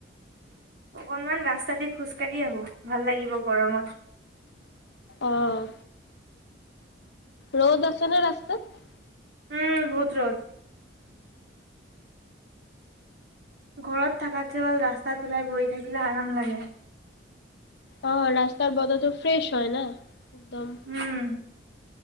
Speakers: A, on the right (about 60°); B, on the left (about 65°).
A: অকনমান ৰাস্তা দি খোজ কাঢ়ি আহো, ভাল লাগিব গৰমত।
B: অহ। ৰদ আছে ন ৰাস্তাত?
A: উম বহুত ৰদ। ঘৰত থকাতকে ৰাস্তাত ওলাই গৈ থাকিলে আৰাম লাগে।
B: অ, ৰাস্তাৰ বতৰটো ফ্ৰেছ হয় ন। একদম।
A: উম